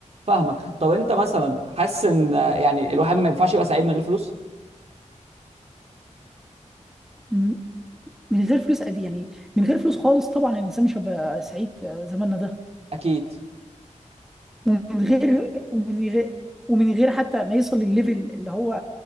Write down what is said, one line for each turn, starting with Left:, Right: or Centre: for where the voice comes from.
Right: فاهمك طب انت مثلا حاسس ان يعني الواحد ما ينفعش يبقى سعيد من غير فلوس
Centre: م- من غير فلوس قد إيه؟ يعني من غير فلوس خالص طبعا الإنسان مش هيبقى سعيد في زماننا ده
Right: اكيد
Centre: ومن غير ومن غير ومن غير حتى ما يصل للليفل اللي هو